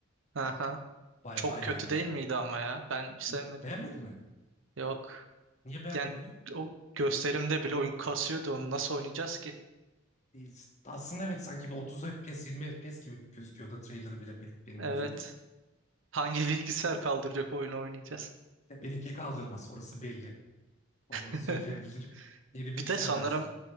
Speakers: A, on the right (about 70°); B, on the left (about 35°).
A: Aha.
B: Baya
A: Çok
B: bayağı
A: kötü
B: iyi.
A: değil miydi ama ya? Ben hiç sevmedim.
B: Niye- Beğenmedin mi?
A: Yok.
B: Niye beğenmedin
A: Yani o gösterimde bile oyun kasıyordu onu nasıl oynayacağız ki?
B: E, Aslında evet sanki bir 30 FPS 20 FPS gibi gözüküyordu trailer'ı bile be- benim
A: Evet.
B: gözümde.
A: Hangi <laughs> bilgisayar kaldıracak oyunu oynayacağız?
B: De benimki kaldırmaz orası belli. Onu
A: <laughs>
B: söyleyebilirim. Yeni bilgisayar
A: Bir de sanırım
B: lazım.